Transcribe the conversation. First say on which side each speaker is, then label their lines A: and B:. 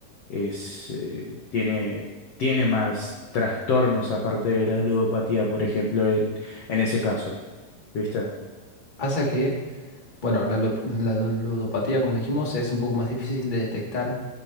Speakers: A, on the left; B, on the left.
A: es, eh, tiene, tiene más trastornos aparte de la ludopatía, por ejemplo, en, en ese caso. ¿Viste?
B: Pasa que Bueno, la, lu- la ludopatía, como dijimos, es un poco más difícil de detectar,